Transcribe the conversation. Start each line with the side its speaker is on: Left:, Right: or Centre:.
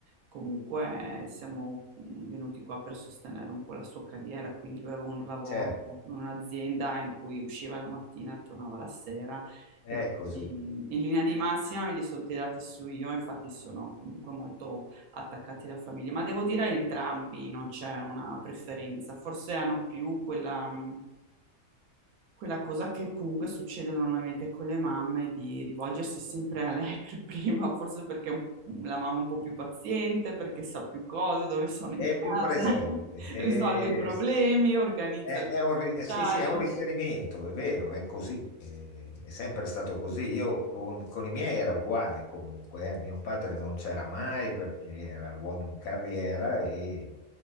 Right: comunque siamo mm, venuti qua per sostenere un po' la sua carriera, quindi lui aveva un lavoro
Left: Cioè,
Right: in un'azienda in cui usciva la mattina e tornava la sera
Left: è
Right: E
Left: così,
Right: quindi in linea di massima me li sono tirati su io, infatti sono comunque molto attaccati alla famiglia, ma devo dire entrambi non c'è una preferenza, forse hanno più quella, mh, quella cosa che comunque succede normalmente con le mamme di rivolgersi sempre a lei <laughs> per prima, forse perché è un- mm, la mamma è un po' più paziente, perché sa più cose, dove sono in
Left: è
Right: casa,
Left: più presente,
Right: <laughs>
Left: è-
Right: risolve i problemi, organizza
Left: È,
Right: le
Left: è
Right: cose
Left: un, ri- eh,
Right: sociali.
Left: sì, sì, è un riferimento, è vero, è così, eh, è, sempre stato così. Io con, con i miei era uguale comunque, eh. Mio padre non c'era mai perché era l'uomo in carriera e